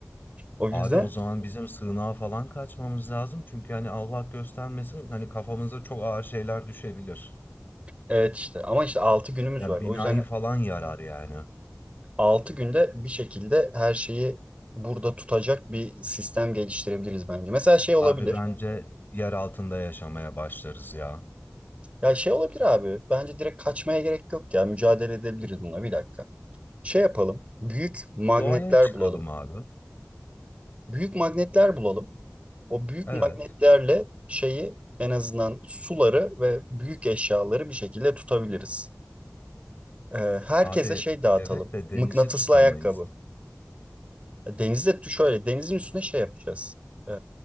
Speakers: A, on the right (about 25°); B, on the left (about 40°).
A: O yüzden
B: Abi o zaman bizim sığınağa falan kaçmamız lazım. Çünkü hani Allah göstermesin hani kafamıza çok ağır şeyler düşebilir.
A: evet işte ama işte 6 günümüz
B: Yani
A: var.
B: binayı
A: O yüzden
B: falan yarar yani.
A: 6 günde bir şekilde her şeyi burada tutacak bir sistem geliştirebiliriz bence. Mesela şey olabilir.
B: Abi bence yer altında yaşamaya başlarız ya.
A: Ya şey olabilir abi. Bence direkt kaçmaya gerek yok ya. Mücadele edebiliriz bununla bir dakika. Şey yapalım. Büyük magnetler
B: Doğaya çıkalım
A: bulalım.
B: abi.
A: Büyük magnetler bulalım. O büyük
B: Evet.
A: magnetlerle şeyi en azından suları ve büyük eşyaları bir şekilde tutabiliriz. Ee, herkese
B: Abi
A: şey dağıtalım.
B: evet de denizi
A: Mıknatıslı
B: tutamayız.
A: ayakkabı. Denizde tu- şöyle denizin üstüne şey yapacağız. Ee,